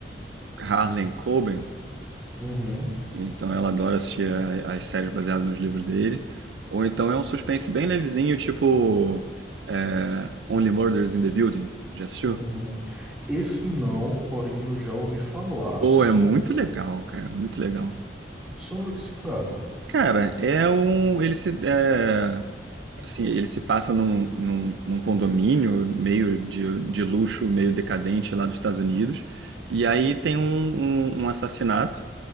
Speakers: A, on the right (about 75°); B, in the centre.
A: Harlan Coben,
B: Uhum,
A: Então ela adora assistir a- as séries baseadas nos livros dele. Ou então é um suspense bem levezinho, tipo é, Only Murders in the Building. Já assistiu?
B: uhum. Esse não, porém eu já ouvi falar
A: Ou
B: sobre,
A: é muito legal, cara, muito legal.
B: sobre o que se trata.
A: Cara, é um. Ele se. É, assim, ele se passa num, num, num condomínio meio de, de luxo, meio decadente lá dos Estados Unidos. E aí tem um, um, um assassinato.